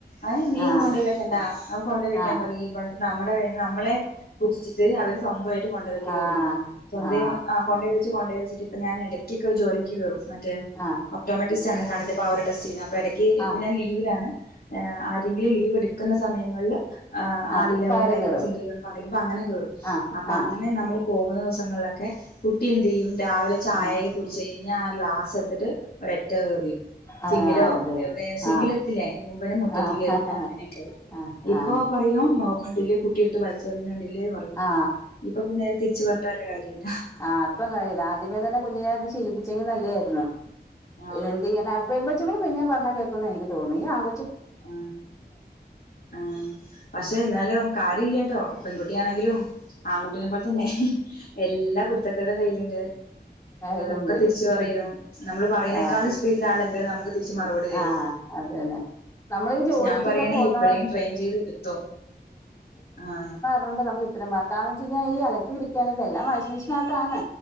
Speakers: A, on the left; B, on the left.
A: ആഹ് നീ
B: ആ
A: ഒന്നും കൊണ്ടയ് വെക്കണ്ടാ അവ കൊണ്ടോ വെക്കാൻ
B: ആ
A: പറുക നമ്മുടെ നമ്മളെ കുത്തിച്ചിട്ട് അവർ സ്വന്തമായിട്ട് കൊണ്ട വെക്കൽ
B: ആ
A: തുടങ്ങി സ്വന്തം
B: ആ
A: ആഹ് കൊണ്ടവെച്ച് കൊണ്ടേവെച്ചി് ഇപ്പം ഞൻ ഇടക്ക് ജോലിക്ക് കേറും മറ്റേ
B: ആഹ്
A: ഓട്ടോമ ടെസ്റ്റ് കണ്ണിന്റെ പവറ് ടെസ്റ്റ് ചെയ്യുന്നത് അപ്പോ ഇടക്ക് ഇപ്പ
B: ആ
A: ഞാൻ ലീവിലാണ് ആ ലീവ് എടുക്കുന്ന സമയങ്ങളില് ആഹ്
B: ആ
A: ആളില്ല
B: പകരം
A: അവരുടെ വേക്കൻസി
B: കേറും
A: ഉണ്ടന്ന് പറയുമ്പോ അങ്ങനെ കേറും
B: ആ
A: അപ്പൊ
B: ആ
A: അങ്ങനെ നമ്മൾ പോകുന്ന ദിവസങ്ങളിലൊക്കെ കുട്ടി എന്ത് ചെയ്യും രാവിലെ ചായയൊക്കെ
B: ആ
A: കുടിച്ച് കഴിഞ്ഞാ ആ ഗ്ലാസ് എ ന്ന് ട്ട് ഒരറ്റ എറി
B: ആ
A: സിംഗിലോ
B: അത്
A: എവിടെ സിങ്കില
B: ആ
A: എത്തില്ല അതിന് മുമ്പനെ മുറ്റത്തി
B: ആ
A: കയറിയ
B: ആ
A: അങ്ങനെയൊക്കെ ആയി ഇപ്പൊ
B: ആ
A: പറയും <unintelligible> കുട്ടിയെടുത്ത് വലിച്ച് എറിയുന്നത് കണ്ടില്ലേ പറയും
B: ആ
A: ഇപ്പൊ ഇപ്പ നേരെ തിരിച്ചു പറഞ്ഞ് ട്ട് വല്ല കാര്യ ഇണ്ട
B: ആഹ് ഇപ്പം കാര്യമില്ല ആദ്യമേ തന്നെ കുഞ്ഞിനത്ത് ശീലിപ്പിച്ചെങ്കി നല്ലതായിരുന്നു
A: ആഹ്
B: ഇതെന്ത് ചെയ്യാ പെൺ കൊച്ചങ്ങൾ പിന്നെ പറഞ്ഞാ കേൾക്ക എനിക്ക് തോന്നി ആണ്
A: ഉം ആ പക്ഷെ എന്നാലും കാര്യമില്ല കേട്ടോ പെൺകുട്ടി കുട്ടിയ ആണെങ്കിലും ആൺകുട്ടിനെ പോലെ തന്നെ എല്ലാ കുരുത്തക്കേടും കയ്യിലുണ്ട്
B: ഇതുണ്ട്
A: ഒക്കെ തിരിച്ച പറയും നമ്മള് പറയതിനേക്കാളും
B: ആ
A: <unintelligible> നമുക്ക് തിരിച്ച് മറുപടി തരും
B: ആ അത് തന്നെ നമ്മൾ ഈ
A: പക്ഷേ
B: ജോലിക്കൊക്കെ
A: ഞാൻ പറയാണെങ്ക
B: പോകുന്ന
A: ഇപ്പഴേ ട്രെയിൻ ചെയ്ത് എടുത്തോ ആഹ്
B: കൊണ്ട് നമുക്ക് ഇത്ര ഭാരം കാരണം ന്ന് വെച്ച് കഴിഞ്ഞാൽ എല്ലാം വാഷിംഗ് മെഷീൻ അകത്ത് ആണ്